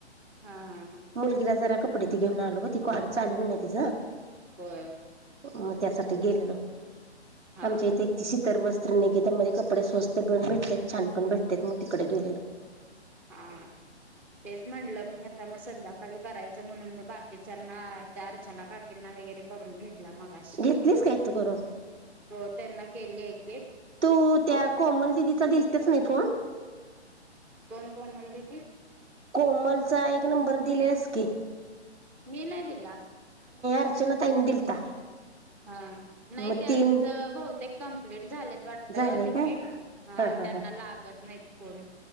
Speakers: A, in the centre; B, on the right.
A: हा हा हा
B: मुलगीला जरा कपडे ते घेऊन आलो ते काॅलेज चालूय होईल ना तिझं.
A: होय
B: मग त्यासाठी गेलेलो,
A: हा
B: आमच्या
A: हा
B: इथे एक ती शितरवस्ती श्रीनिकितेन मध्ये कपडे स्वस्त पण भेटतात, छान पणं भेटतात मगं तिकडे गेलेलो.
A: हा, तेच म्हटलं मी आता मग संध्याकाळी करायचं म्हणून मगं बाकीच्यांना, त्या अर्चना काकींना वगैरे करून घेत मगाशी
B: घेतलीस काय तू करून
A: हो त्यांना केली आहेे.
B: तू त्या कोमल दिदीचा दिलतच नाही फोन
A: कोण कोमल दिदि?
B: कोमलचा एक नंबर दिलेलास की
A: मी नाय दिला.
B: अर्चनाताई नी दिलता.
A: हा नाही
B: मग
A: त्यांच
B: तीन
A: बहतेक कंप्लीट झालं वाटत
B: झाले
A: लिमिट
B: काय हा हा
A: त्यांना
B: हा
A: लागत नाही फोन